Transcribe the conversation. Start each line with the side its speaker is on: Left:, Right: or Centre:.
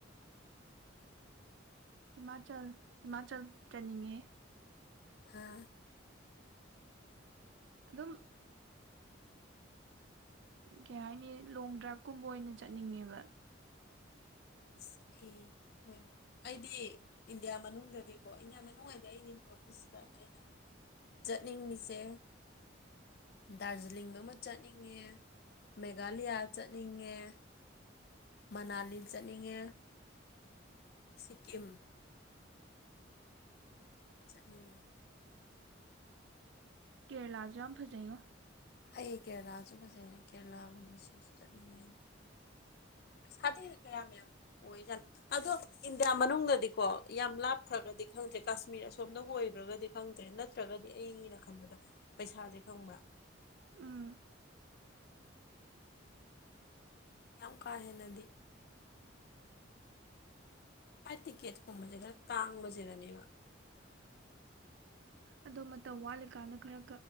Right: ꯍꯤꯃꯥꯆꯜ ꯍꯤꯃꯥꯆꯜ ꯆꯅꯤꯡꯉꯦ
Left: ꯑ
Right: ꯑꯗꯨꯝ ꯀꯩ ꯍꯥꯏꯥꯏꯅꯤ ꯂꯣꯡ ꯗ꯭ꯔꯥꯏꯚꯀꯨꯝꯕ ꯑꯣꯏꯅ ꯆꯠꯅꯤꯡꯉꯦꯕ
Left: ꯑꯁ ꯑꯦ ꯍꯣꯏ ꯑꯩꯗꯤ ꯏꯟꯗꯤꯌꯥ ꯃꯅꯨꯡꯗꯗꯤꯀꯣ ꯏꯟꯗꯤꯌꯥ ꯃꯅꯨꯡꯗꯤ ꯑꯩꯗꯤ ꯅꯣꯔꯠ ꯏꯁꯇ ꯑꯩꯅ ꯆꯠꯅꯤꯡꯉꯤꯁꯦ ꯗꯥꯔꯖꯤꯂꯤꯡꯗꯨ ꯑꯃ ꯆꯠꯅꯤꯡꯉꯦ ꯃꯦꯘꯥꯂꯌꯥ ꯆꯠꯅꯤꯡꯉꯦ ꯃꯅꯥꯂꯤ ꯍꯥꯏꯖꯠꯅꯤꯡꯉꯦ ꯁꯤꯀꯤꯝ ꯆꯠꯅꯤꯡꯉꯦ
Right: ꯀꯦꯔꯂꯥꯁꯨ ꯌꯥꯝ ꯐꯖꯩꯣ
Left: ꯑꯩ ꯀꯦꯔꯂꯥꯁꯨ ꯐꯖꯩꯅꯦ ꯀꯦꯔꯂꯥꯒꯨꯝꯕꯕꯁꯤꯁꯨ ꯆꯠꯅꯤꯡꯉꯦꯅ ꯄꯩꯁꯥꯗꯤ ꯀꯌꯥꯝ ꯌꯥꯝꯌꯥꯝ ꯑꯣꯏꯖꯥꯠꯣ ꯑꯗꯣ ꯏꯟꯗꯤꯌꯥ ꯃꯅꯨꯡꯗꯗꯤꯀꯣ ꯌꯥꯝ ꯂꯥꯞꯈ꯭ꯔꯒꯗꯤ ꯈꯪꯗ꯭ꯔꯦ ꯀꯥꯁꯃꯤꯔ ꯑꯁꯣꯝꯅꯕꯨ ꯑꯣꯏꯈ꯭ꯔꯒꯗꯤ ꯈꯪꯗ꯭ꯔꯦ ꯅꯠꯇ꯭ꯔꯒꯗꯤ ꯑꯒꯤꯩꯅ ꯈꯟꯕꯗ ꯄꯩꯁꯥꯁꯦ ꯈꯪꯕ꯭ꯔꯥ
Right: ꯎꯝ
Left: ꯌꯥꯝ ꯀꯥ ꯍꯦꯟꯅꯗꯤ ꯑꯩ ꯇꯤꯛꯀꯦꯠ ꯀꯨꯝꯕꯁꯦ ꯈꯔ ꯇꯥꯡꯕꯁꯤꯗꯅꯦꯕ
Right: ꯑꯗꯣ ꯃꯇꯝ ꯋꯥꯠꯂꯤꯀꯥꯟꯗ ꯈꯔ